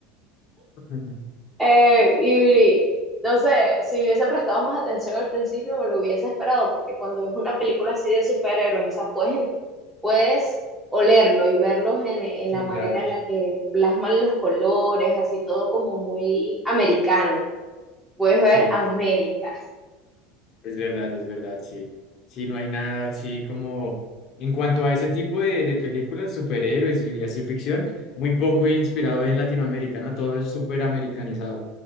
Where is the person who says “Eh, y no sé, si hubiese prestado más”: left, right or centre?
Centre